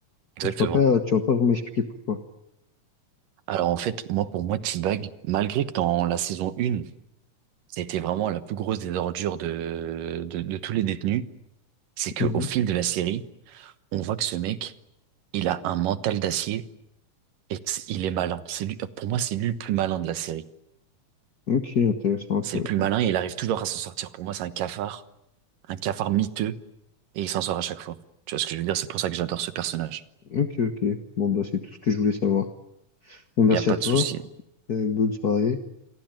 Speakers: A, on the right (about 85°); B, on the left (about 55°).
A: Exactement.
B: Tu vas pas, tu vas pas vraiment expliquer pourquoi.
A: Alors, en fait, moi, pour moi, T-Bag, malgré que dans la saison 1, ça a été vraiment la plus grosse des ordures de, de, de tous les détenus, c'est qu'au
B: Mhm.
A: fil de la série, on voit que ce mec, il a un mental d'acier Et que c- il est malin. C'est lui, pour moi, c'est lui le plus malin de la série.
B: Ok, intéressant, intéressant.
A: C'est le plus malin et il arrive toujours à s'en sortir. Pour moi, c'est un cafard, un cafard miteux et il s'en sort à chaque fois. Tu vois ce que je veux dire? C'est pour ça que j'adore ce personnage.
B: Ok, ok. Bon, bah, c'est tout ce que je voulais savoir. Bon, merci
A: Il n'y a pas
B: à toi.
A: de souci.
B: euh, bonne soirée.